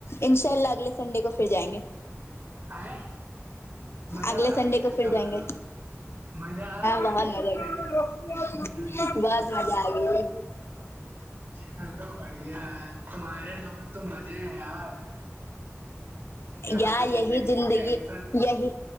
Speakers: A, on the left; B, on the right.
A: انشاء اللہ اگلے سنڈے کو پھر جائیں گے
B: آئ مزہ
A: اگلے
B: آ
A: سنڈے
B: گئی
A: کو
B: ہے اس
A: پھر
B: کا
A: جائیں
B: مطلب
A: گے
B: مزہ آ گئی
A: بہت
B: ہے
A: مزہ
B: جاتے
A: <unintelligible>
B: ہ
A: مزہ آگئے <unintelligible>
B: چلو بڑھیا ہے تمارے لوگ تو مزے ہیں یار یہاں
A: یا
B: تو
A: یہی زندگی
B: کی ٹینشن
A: یہی